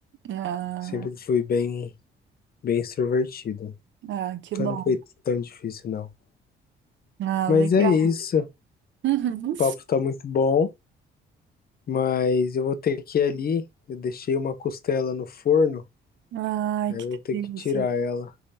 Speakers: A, on the right; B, on the left.
A: Ah,
B: Sempre fui bem, bem extrovertido.
A: ah, que
B: Então
A: bom.
B: não foi tão difícil, não.
A: Ah,
B: Mas
A: legal.
B: é isso.
A: Uhum.
B: O papo tá muito bom, mas eu vou ter que ir. Eu deixei uma costela no forno,
A: Ai,
B: aí
A: que
B: eu vou ter
A: delícia.
B: que tirar ela,